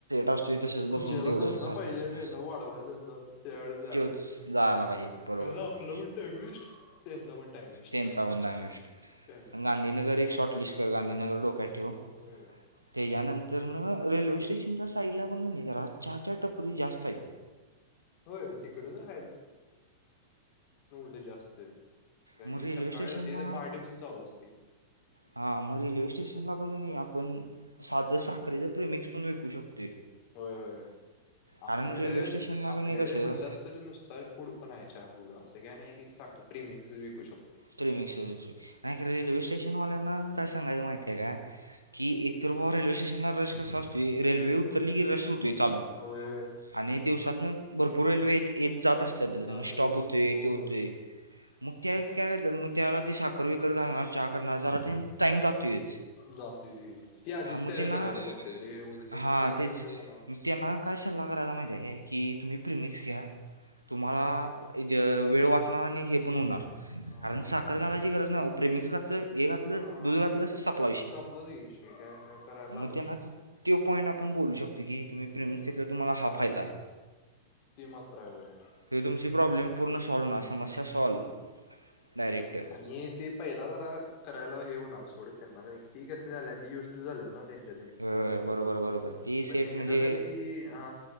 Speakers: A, on the right (about 85°); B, on the left (about 45°).
A: असतोय तसंच बसून
B: ज्याला
A: तेवढंच
B: धंदा
A: खात्यात
B: पाहिजे
A: त्या
B: त्याला वाढवाय धंदा त्यावेळे द्यायला
A: त्योच
B: पाहिजे.
A: जायला पाहिजे बरोबर
B: यायला, आपला पण टाईम वेस्ट त्यांचा पण टाइम वेस्ट
A: त्यांचा पण टाइम वेस्ट,
B: काय नाही
A: गांधीनगर एक शॉर्ट लिस्ट कर गांधीनगर डोक्यात ठेव
B: होय
A: त्याच्यानंतर, तर ना रेल्वे स्टेशनच्या साईडला पण कनी जरा चहाच्या टपरी जास्त आहेत.
B: होय तिकडे तर ते जास्त, कारण
A: म
B: की
A: रेल्वे
B: सकाळी
A: स्टेशनला
B: ते तर पहाटेपासून चालू असते
A: हा मग रेल्वे स्टेशन. आपण साधं साखरच प्रिमिक्स पण विकू शकतो.
B: होय होय. आपल्याकड
A: कारण रेल्वे स्टेशनला
B: आपल्याकड
A: कणी कसं
B: म्हणलंस तर नुसत पुढ पण आहे, चहा पूड असं काय नाही. साखर प्रिमिक्स विकू शकतोय.
A: प्रिमिक्स प्रिमिक्स नाही खरं रेल्वे स्टेशनवाल्यांना काय सांगायचं माहिती आहे काय? की एकतर बाबा रेल्वे स्टेशनला रस कसा असतोय, रेल्वे उतरली की रस होतोय. चालू,
B: होय
A: आणि दिवसातन भरपूर रेल्वे येते. येत जात असत्यातच
B: जातातच
A: आणि स्टॉप होतोय
B: की मग
A: ते होतंय.
B: होय
A: मग त्या वेळेत काय करत्यात, मग त्यावेळेला ती साखर बिकर घालणार चहा करणार जरा टाइम जातोयच.
B: जातोयचं की ती आधीच
A: हां मग
B: तयारी
A: त्यांना
B: करायला बघत्यात रे, उलट
A: हां
B: मग त्यात
A: तेच
B: पण वेळ जाणार.
A: मग त्यांना काय सल्ला करायचा माहिती आहे काय की तुम्ही प्रिमिक्स घ्या. तुम्हा वेळ वाच हे पण होणार,
B: हा.
A: कारण साखर घालायची गरज नाही ओ प्रिमिक्स हे घातलं,
B: हा
A: दुध घातल, सपला विषय
B: संपलाच की विषय काय करायला लागत
A: मग त्यांला,
B: नाही.
A: तो पॉईंट आपण बोलू शकतो की, तुम्ही प्रीमिक्स
B: होय.
A: घेतल्या तुम्हाला हा फायदा आहे.
B: ती मात्र हाय होय.
A: हे तुमची प्रॉब्लेम पूर्ण सॉल्व होणार, समस्या सॉल्व. डायरेक्ट
B: आणि ते पहिला जरा करायला, हे होणार सोड ती कस <unintelligible>
A: व्हय व्हय, बरोबर बरोबर. ती
B: पण
A: सेट
B: एकदा
A: म्हणजे
B: जर ती हा..